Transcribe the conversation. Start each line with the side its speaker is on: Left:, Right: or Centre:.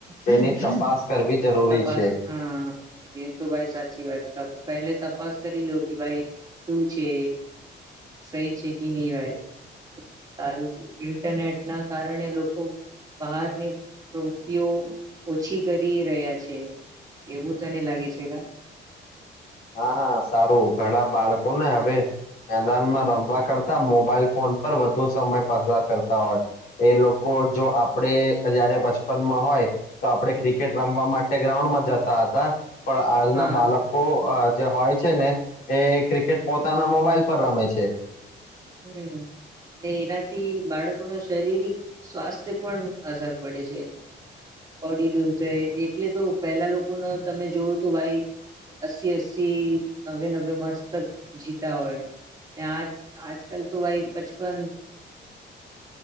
Left: તેની તપાસ કરવી જરૂરી
Right: તપાસ
Left: છે
Right: હ એ તો ભાઈ સાચ સાચી વાત પહેલે તપાસ કરી લો કે ભાઈ શું છે સહી છે કે ની ભાઈ સારું છે ઇન્ટરનેટ ના કારણે લોકો બહારની પ્રવૃતિઓ ઓછી કરી રહ્યા છે એવું તને લાગે છે કા
Left: હા હા સારું ઘણા બાળકોને હવે મેદાનમાં રમવા કરતા મોબાઈલ ફોન પર વધુ સમય પસાર કરતા હોય એ લોકો જો આપડે જયારે બચપનમાં હોય તો આપડે ક્રિકેટ રમવા માટે ગ્રાઉન્ડમાં જતા તા હતા પણ આજના
Right: હા
Left: બાલકો જે હોય છે ને એ ક્રિકેટ પોતાના મોબાઈલ પર રમે છે.
Right: હમ અને એનાથી બાળકોનુ શરીરિક સ્વાસ્થ્ય પણ અસર પડે છે બોડી લુઝ છે એટલે તો પહેલા લોકો ને તમે જોવું તો ભાઈ અસી અસી નવે નવે વર્ષ તક જીતા હોય ને આજ આજ ચાલ તો ભાઈ પચપન